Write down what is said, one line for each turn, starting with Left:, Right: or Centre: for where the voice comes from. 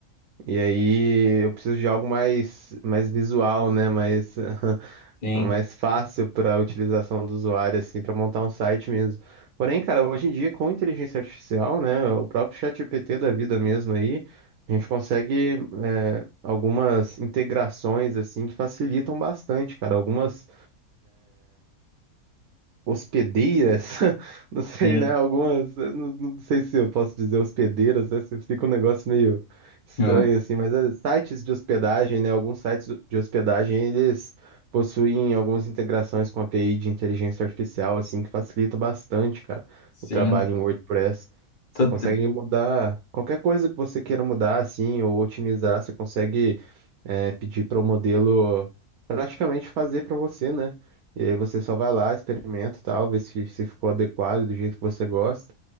Right: e aí eu preciso de algo mais, mais visual, né? Mais <laughs>
Left: Sim,
Right: mais fácil para utilização do usuário, assim, para montar um site mesmo. Porém, cara, hoje em dia, com inteligência artificial, né, o próprio ChatGPT da vida mesmo aí, a gente consegue é, algumas integrações, assim, que facilitam bastante, cara. Algumas hospedeiras, <laughs> não sei,
Left: sim.
Right: né? Algumas, eu não, não sei se eu posso dizer hospedeiras, né? se Fica um negócio meio estranho
Left: É,
Right: assim, mas é, sites de hospedagem, né? Alguns sites de hospedagem eles possuem algumas integrações com a API de inteligência artificial, assim, que facilita bastante, cara,
Left: sim.
Right: o trabalho em WordPress. Você
Left: Tu-
Right: consegue
Left: tu-
Right: mudar qualquer coisa que você queira mudar, assim, ou otimizar, você consegue é, pedir para o modelo praticamente fazer para você, né? E aí você só vai lá, experimenta e tal, vê se, se ficou adequado do jeito que você gosta.